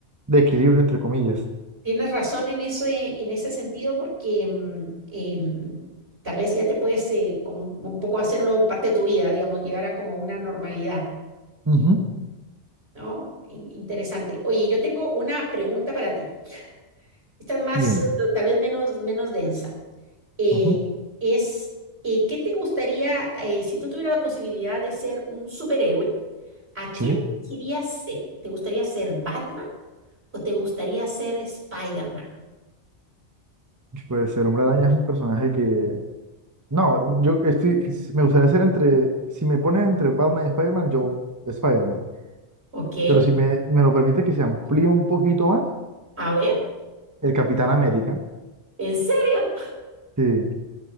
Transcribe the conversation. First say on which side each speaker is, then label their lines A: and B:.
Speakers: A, on the right; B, on the right.
A: de equilibrio, entre comillas.
B: Tienes razón en ese, en ese sentido porque mm, em, tal vez ya te puedes eh, como un poco hacerlo parte de tu vida, digamos, llegar a como una normalidad,
A: Ujú,
B: ¿no? In- interesante. Oye, yo tengo una pregunta para ti. Esta es más,
A: Dime.
B: eh, tal vez menos, menos densa. eh,
A: ujú,
B: es eh, ¿qué te gustaría, eh, si tú tuvieras la posibilidad de ser un superhéroe, ¿a quién
A: Sí.
B: elegirías ser? ¿Te gustaría ser Batman o te gustaría ser Spider-Man?
A: Pues el Hombre Araña es un personaje que... No, yo estoy... s- Me gustaría ser entre... Si me pones entre Batman y Spider-Man, yo Spider-Man.
B: Ok,
A: Pero si me, me lo permite que se amplíe un poquito más,
B: a ver,
A: el Capitán América.
B: ¿en serio?
A: Sí. O